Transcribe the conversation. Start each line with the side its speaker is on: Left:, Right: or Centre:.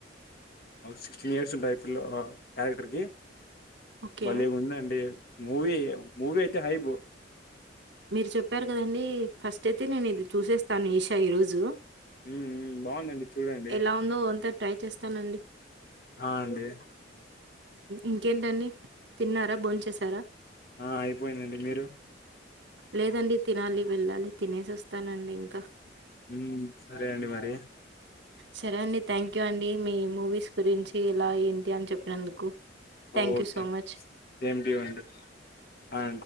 Left: సిక్స్టీన్ ఇయర్స్ ఉంటాయి పిల క్యారెక్టర్కి
Right: ఓకే
Left: బలే ఉందండి మువీ ముూవీ అయితే హైబు
Right: మీరు చెప్పారు కదండి ఫస్ట్ అయితే నేను ఇది చూసేస్తాను ఈషా ఈ రోజు
Left: మ్మ్ బాగుందండి చూడండి
Right: ఎలా ఉందో అంతా ట్రై చేస్తానండి
Left: ఆ అండి
Right: ఇంకేంటండి తిన్నారా బోన్ చేశార
Left: ఆ అయిపోయిందండి మీరు
Right: లేదండి తినాలి వెళ్ళాలి తినేసి వస్తానండి ఇంకా
Left: ఉ సరే అండి మరి
Right: సరే అండి థ్యాంక్ యూ అండి మీ మూవీస్ గురించి ఇలా ఏంటి అని చెప్పినందుకు thank
Left: okay
Right: you so much
Left: same to you అండి అ